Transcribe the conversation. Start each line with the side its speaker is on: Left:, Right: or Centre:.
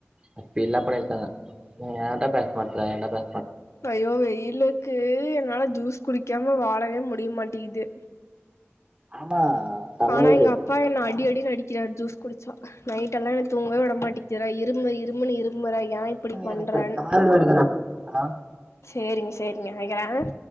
Right: அப் ஃபீல்லாம் பண்ணிருக்காங்க ஏன்டா பேச மாட்ற ஏன்டா பே
Left: ஐயோ வெயிலுக்கு என்னால ஜூஸ் குடிக்காம வாழவே முடியமாட் டிது
Right: ஆமா சமையல்
Left: ஆனா எங்க அப்பா என்ன அடி அடி அடின்னு அடிக்கிறாரு ஜூஸ் குடிச்சா நைடெல்லாம் இவே தூங்கவே விடமாட்டி <unintelligible> இருமு இருமுனு இரும் முறை ஏன் இப்டி பண்றன்
Right: எனக்கு ஒரு கால் வருது நான் கூப்பிட்டா
Left: சேரிங்க சேரிங்க வக்கறேன்